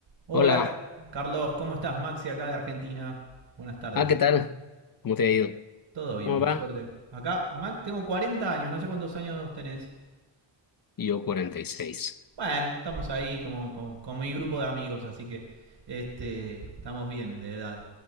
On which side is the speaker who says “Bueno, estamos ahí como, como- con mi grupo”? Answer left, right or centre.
Right